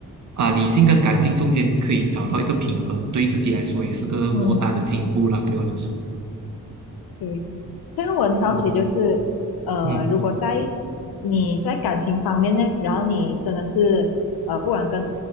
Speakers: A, on the right; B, on the left.
A: 啊理性跟感性中间可以找到一个平衡，对自己来说也是个莫大的进步啦。
B: 嗯。
A: 对我来说，
B: 对，这样我很好奇，
A: 嗯
B: 就是呃，
A: 嗯。
B: 如果在你在感情方面呢，然后你真的是呃，不管跟